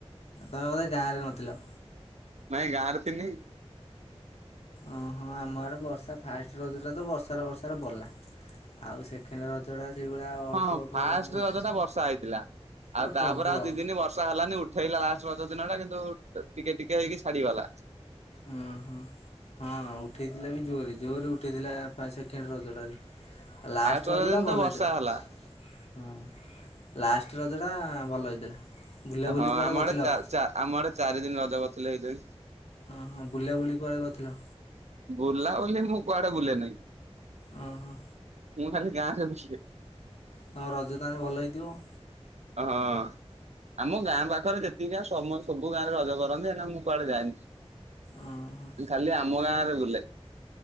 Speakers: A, on the left; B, on the right.
A: ତମେ ବୋଧେ ଗାଁ ରେ ନଥିଲ।
B: ନାଇଁ ଗାଁ ରେ ଥିଲି।
A: ଓ ହୋ ଆମ ଆଡେ ବର୍ଷା ଫାଷ୍ଟ ରଜରେ ତ ବର୍ଷାରେ ବର୍ଷାରେ ଗଲା। ଆଉ ସେ ସେକେଣ୍ଡ ରଜ ଟା ସେଇଭଳିଆ ଅଳ୍ପ
B: ହଁ
A: ଅଳ୍ପ
B: ଫାଷ୍ଟ
A: ଉଠି
B: ରଜ ଟା ବର୍ଷା ହେଇଥିଲା ଆଉ
A: ପା
B: ତାପରେ
A: ପ୍ରବଳ।
B: ଆଉ ଦି ଦିନ ବର୍ଷା ହେଲାନି ଉଠେଇଲା ଲାଷ୍ଟ ଦିନ ଟା କିନ୍ତୁ ଟିକେ ଟିକେ ହେଇକି ଛାଡିଗଲା। <inaudible>
A: ଓହୋ ହଁ ଉଠେଇଥିଲା ବି ଜୋରରେ। ଜୋରରେ ଉଠେଇଥିଲା ପ୍ରାଏ ସେକେଣ୍ଡ ରଜ ଟାରେ। ଲାଷ୍ଟ
B: ଫାଷ୍ଟ
A: ରଜଟା
B: ରଜ ଦିନ
A: ଭଲ
B: ତ ବର୍ଷା
A: ହେଇଥିଲା।
B: ହେଲା
A: ହଁ ଲାଷ୍ଟ ରଜଟା ଭଲ ହେଇଥିଲା। ବୁଲା ବୁଲି
B: ହଁ
A: କୁଆଡ଼େ
B: ଆମ
A: କରିଥିଲ?
B: ଆଡେ ଚା ଚା ଆମ ଆଡେ ଚାରି ଦିନ ରଜ କରଥିଲେ ହେଇକିଣି।
A: ହଁ ହଁ ବୁଲା ବୁଲି କୁଆଡ଼େ କରିଥିଲ?
B: ବୁଲା ବୁଲି ମୁଁ କୁଆଡେ ବୁଲେ ନେଇଁ।
A: ଓ ହୋ।
B: ମୁଁ ଖାଲି ଗାଁରେ ବୁଲେ।
A: ତମ ରଜ ତାହେଲେ ଭଲ ହେଇଥିବ।
B: ହଁ। ଆମ ଗାଁ ପାଖରେ ଯେତିକି ଗାଁ ସମସ୍ତ ସବୁ ଗାଁରେ ରଜ କରନ୍ତି କାହିକି ନା ମୁଁ କୁଆଡେ ଯାଏନି।
A: ଓହୋ।
B: ଖାଲି ଆମ ଗାଁ ରେ ବୁଲେ।